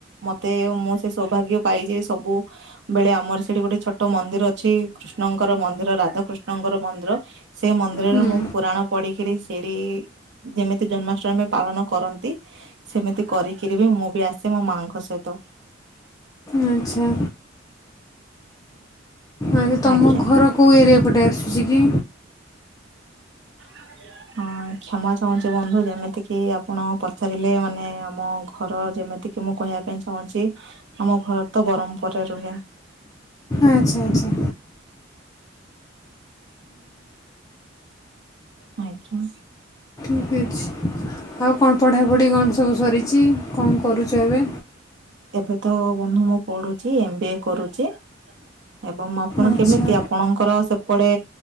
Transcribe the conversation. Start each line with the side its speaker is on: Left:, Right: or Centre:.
Right: ମତେ ମୁଁ ସେ ସୌଭାଗ୍ୟ ପାଇ ଯେ ସବୁବେଳେ ଆମର ସେଠି ଗୋଟେ ଛୋଟ ମ ମନ୍ଦିର ଅଛି କୃଷ୍ଣଙ୍କର ମନ୍ଦିର ରାଧାକୃଷ୍ଣଙ୍କର ମନ୍ଦିର, ସେ ମନ୍ଦିରରେ
Left: ହୁଁ,
Right: ମୁଁ ପୁରାଣ ପଢି କିରି ସେରି ଯେମିତି ଜନ୍ମାଷ୍ଟମୀ ପାଳନ କରନ୍ତି ସେମିତି କରିକିରି ବି ମୁଁ ବି ଆସେ ମୋ ମାଆଙ୍କ ସହିତ <inaudible>
Left: ଆଚ୍ଛା। ଆଚ୍ଛା ତମ
Right: ଆଜ୍ଞା
Left: ଘର କୋଉ ଏରିଆ ପଟେ ଆସୁଚି କି?
Right: <inaudible> ହଁ କ୍ଷମା ଚାହୁଁଚି ବନ୍ଧୁ। ଯେମିତି କିି ଆପଣ ପଚାରିଲେ ମାନେ ଆମ ଘର ଯେମିତି ଏତିକି ମୁଁ କହିବା ପାଇଁ ଚାହୁଁଛି ଆମ ଘର ତ ବ୍ରହମପୁରରେ ରୁହେ।
Left: ଆଚ୍ଛା ଆଚ୍ଛା।
Right: ଆଜ୍ଞା।
Left: ଠିକ ଅଛି ଆଉ କଣ ପଢ଼ାପଢ଼ି କଣ ସବୁ ସରିଚି, କଣ କରୁଚ ଏବେ?
Right: ଏବେ ତ ବନ୍ଧୁ ମୁଁ ପଢୁଚି ଏମ ବି ଏ କରୁଚି ଏବଂ ଆପଣ
Left: ଆଚ୍ଛା
Right: କେମିତି ଆପଣଙ୍କର ସବ ସେପଟେ